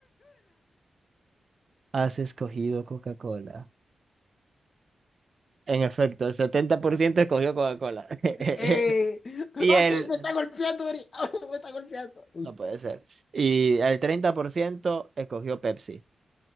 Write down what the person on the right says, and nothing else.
Has escogido Coca-Cola. En efecto, el 70% escogió Coca-Cola. <laughs>
Y
el
No puede ser. Y el 30% escogió Pepsi.